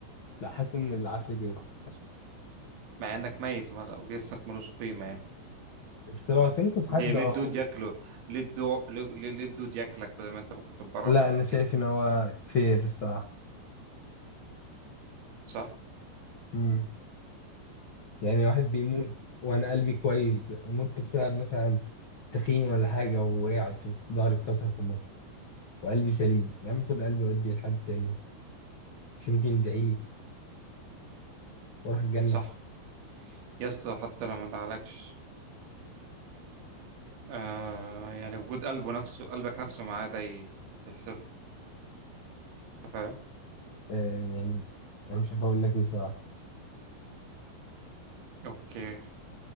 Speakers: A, on the left; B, on the right.
A: لا حاسس ان العافيه دي غلط
B: مع انك ميت وما- وجسمك ملوش قيمه يعني
A: بس لو هتنقذ
B: دي
A: حد
B: ليه
A: اه
B: الدود ياكله ليه الدو... ليه ليه الدود ياكلك بدل ما انت ممكن تتبرع
A: لا انا شايف
B: بجسم
A: ان هو فير الصراحه
B: صح
A: مم. يعني واحد بيموت وانا قلبي كويس مت بسبب مثلا تخين ولا حاجه ووقعت وضهري اتكسر فمت وقلبي سليم يا عم خد قلبي وديه لحد تاني مش ممكن يدعي لي واروح الجنه
B: صح يا اسطى حتى لو ما دعلكش آه يعني وجود قلبه نفسه قلبك نفسه معاه ده ي- يحسب له. انت فاهم
A: آه، يعني أنا مش عارف أقول لك إيه صراحة
B: اوكي